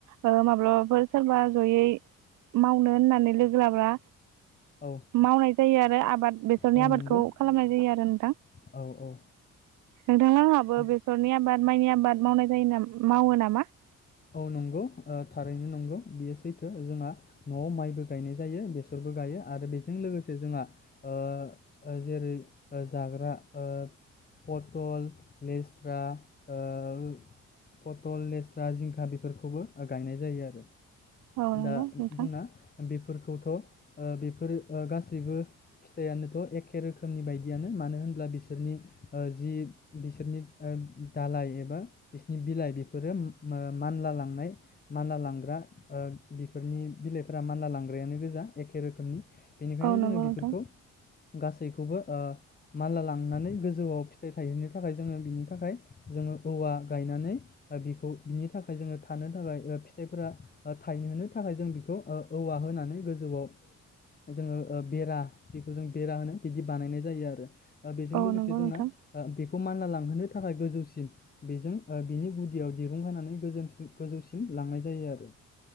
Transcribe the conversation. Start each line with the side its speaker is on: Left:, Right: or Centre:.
Right: ओ माब्लाबाफोर सोरबा जयै मावनो होननानै लोगो लाब्ला
Left: औ
Right: मावनाय जायो आरो आप बात बेसरनि
Left: औ
Right: आबादखौ
Left: नंगौ
Right: खालामनाय जायो आरो नोंथां
Left: औ औ
Right: नोंथांआंहाबो
Left: ओ
Right: बेसरनि आबाद माइनि आबाद मावनाय जायोनाम मावो नामा?
Left: औ नंगौ ओ थारैनो नंगौ बियो सैथो जोंङा न'आव माइबो गायनाय जायो बेसरबो गायो आरो बेजों लोगोसे जोंङा ओ ओ जेरै जाग्रा ओ पटल लेस्रा ओ पटल लेस्रा जिंख जाहा बेफोरखौबो ओ गायनाय जायो आरो।
Right: औ नंगौ
Left: दा
Right: नोंथां
Left: जोंना बेफ फोरखौथ' ओ बेफोरो ओ गासैबो फिथाइयानोथ' एखे रोखोमनि बायदियानो मानो होनब्ला बिसोरनि ओ जि बिसोरनि ओ दालाय एबा बिसोरनि बिलाइ बेफोरो मा मानला लांनाय मानला लांग्रा ओ बिफोरनि बिलाइफोरा मानला लांग्रायानो गोजा एखे रोखोमनि बेनिखायनो
Right: औ नंगौ
Left: जोङो बिफोरखौ
Right: नोंथां
Left: गासैखौबो ओ मानला लांनानै गोजौआव फिथाइ थायहैनो थाखाय जोङो बिनि थाखाय जोङो औवा गायनानै ओ बिखौ बिनि थाखाय जोङो थानो थाखाय ओ फिथाइफोरा ओ थायहोनो थाखाय जों बेखौ ओ औवा होनानै गोजौआव जोङो ओ बेरा जिखौ जों बेरा होनो बिदि बानायनाय जायो आरो ओ बेजों
Right: औ
Left: लोगोसे
Right: नंगौ
Left: जोंना
Right: नोंथां
Left: ओ बेखौ मानलालां लांहोनो थाखाय गोजौसिम बेजों ओ बिनि गुदियाव दिरुं होनानै गोजोनसिम गोजौसिम लांनाय जायो आरो।